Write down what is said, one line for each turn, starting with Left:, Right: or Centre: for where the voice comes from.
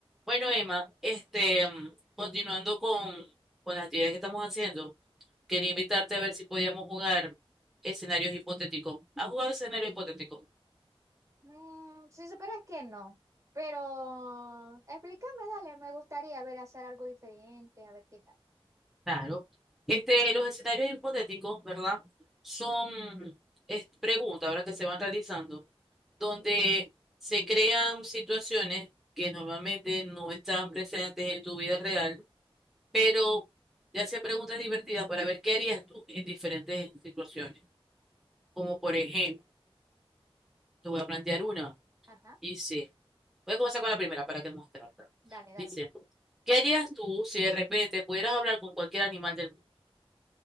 Centre: Bueno, Emma, este, mm, continuando con, con las actividades que estamos haciendo, quería invitarte a ver si podíamos jugar escenarios hipotéticos. ¿Has jugado escenarios hipotéticos?
Right: Mm, si supieras que no, pero explícame, dale, me gustaría ver hacer algo diferente, a ver qué tal.
Centre: Claro. Este, los escenarios hipotéticos, ¿verdad? Son es, preguntas, ¿verdad? Que se van realizando, donde se crean situaciones que normalmente no están presentes en tu vida real, pero te hace preguntas divertidas para ver qué harías tú en diferentes situaciones. Como por ejemplo, Te voy a plantear una.
Right: Ajá,
Centre: Dice, voy a comenzar con la primera para que mostrarte.
Right: dale, dale.
Centre: Dice,
Right: pues.
Centre: ¿qué harías tú si de repente pudieras hablar con cualquier animal del mundo?